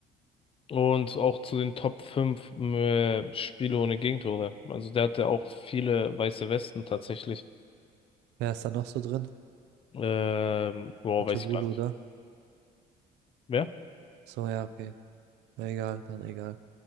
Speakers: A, on the left; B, on the right.
A: Und auch zu den Top 5 äh, Spiele ohne Gegentore. Also der hatte auch viele weiße Westen tatsächlich.
B: Wer ist da noch so drin?
A: Ähm, boah,
B: Atubulu,
A: weiß ich gar nicht.
B: oder?
A: Wer?
B: So, ja, okay. Na, egal, dann egal.